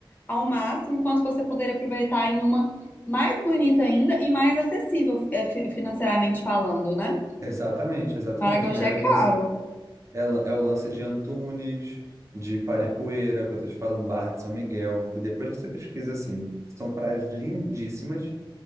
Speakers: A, on the left (about 20°); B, on the right (about 35°).
A: ao máximo, quanto você poderia aproveitar em uma mais bonita ainda e mais acessível, é, fi- financeiramente falando, né?
B: Exatamente, exatamente.
A: Maragogi
B: É
A: é
B: o
A: caro.
B: lance, é, la- é o lance de Antunes, de Paripoeira, que eu tô te falando, Barra de São Miguel. Depois você pesquisa assim. São praias lindíssimas.